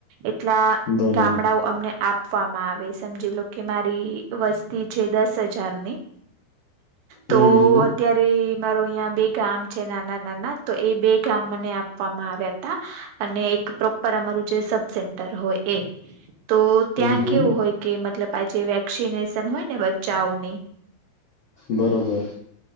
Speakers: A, on the right (about 75°); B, on the left (about 75°).
A: એટલા
B: બરોબર
A: ગામડાઓ અમને આ પવામાં આવે સમજી લો કે મારી વસ્તી છે, દસ હજારની તો
B: હમ હમ
A: અત્યારે મારો અહીયા બે ગામ છે, નાના-નાના તો એ બે ગામ મને આપવામાં આવ્યા તા. અને એક પ્રોપર અમારું જે સબ સેન્ટર હોય એ તો ત્યાં
B: હમ હમ
A: કેવું હોય, કે મતલબ આજે વેક્સિનેશન હોય ને બચ્ચાઓની
B: બરોબર.